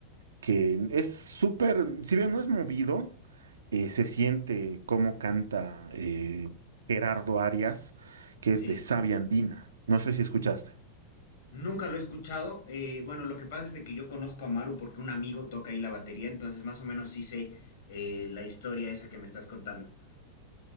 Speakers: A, on the right; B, on the left.
A: que es súper, si bien no es movido, eh, se siente cómo canta eh, Gerardo Arias, que
B: Sí.
A: es de Savia Andina. No sé si escuchaste.
B: Nunca lo he escuchado. eh, bueno, lo que pasa es de que yo conozco a Maru porque un amigo toca ahí la batería, entonces más o menos sí sé eh, la historia esa que me estás contando.